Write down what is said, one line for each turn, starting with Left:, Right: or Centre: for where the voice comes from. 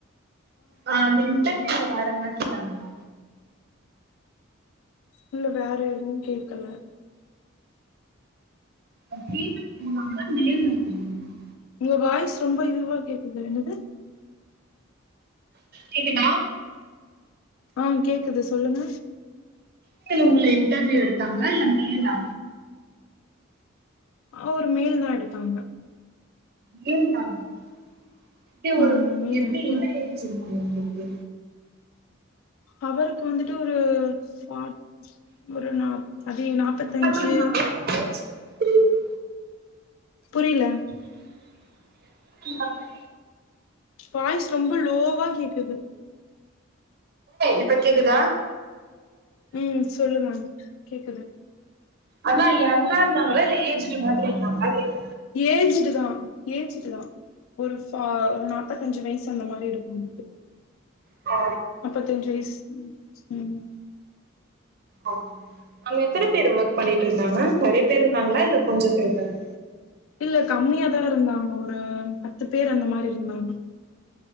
Right: ஆ அந்த இன்டர்வியூல வேற எதுன்ன கேட்டாங்களா
Left: இல்ல வேற எதுவு கேக்கல
Right: ஆ ஃபீமேல் போனாங்களா மேல் இருந்தாங்களா
Left: உங்க வாய்ஸ்ஸு ரொம்ப இதுவா கேக்குது என்னது
Right: கேக்குதா
Left: ஆ கேக்குது சொல்லுங்க
Right: ஃபிமேல் உங்க இடர்வியூ எடுத்தாங்களா இல்ல மேலா
Left: ஆ ஒரு மேலுதா எடுத்தாங்க
Right: வெயில் காளம் ஆ எப்டி ஒரு
Left: ஆமா மேல்
Right: எப்டி
Left: எடுத்தாங்க
Right: எரிஞ்சிருக்கங்க உங்களுக்கு
Left: அவருக்கு வந்துட்டு ஒரு <unintelligible> ஒரு நாள் அதை நாப்பத்தஞ்சு
Right: யங்கா இருந்தாங்களா இல்ல ஏஜ்டு மாதிரி
Left: புரில
Right: <inaudible>
Left: வாய்ஸ் ரொம்ப லோவா கேக்குது
Right: இப்ப கேக்குதா
Left: ம் சொல்லுங்க கேக்குது
Right: அதா யங்கா இருந்தாங்ளா இல்ல ஏஜ்ட்டு மாதிரி இருந்தாங்ளா கேட்
Left: ஏஜ்டு தா ஏஜ்டுதா ஒரு ஃபா நாப்பத்தஞ்சு வயசு அந்த மாரி இருக்கு உங்களுக்கு
Right: அ
Left: நாப்பத்தஞ்சு வயசு ம் ம்
Right: ஒ அங்க எத்தன பேர் ஒர்க் பண்ணிட் இருந்தாங்க நறைய பேர் இருந்தாங்ளா இல்ல கொஞ்ச பேரு தான
Left: இல்ல கம்மியாதா இருந்தாங்க ஒரு பத்து பேரு அந்த மாரி இருந்தாங்க